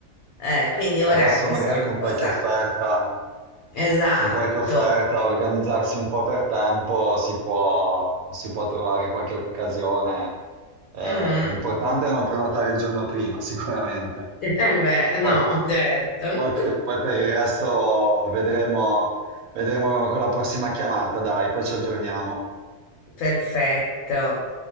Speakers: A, on the left; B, on the right.
A: Eh, quindi
B: Adesso
A: ora questa
B: magari
A: è una
B: con
A: cosa...
B: qualche offerta,
A: Esatto.
B: con qualche offerta, organizzarsi un po' per tempo, si può, si può trovare qualche occasione. Eh,
A: Mhm.
B: l'importante
A: <laughs>
B: è non prenotare il giorno prima, <laughs> sicuramente.
A: Eh beh,
B: Poi,
A: no, certo.
B: poi- poi per il resto vedremo, vedremo con la prossima chiamata, dai, poi ci aggiorniamo.
A: <laughs> Perfetto.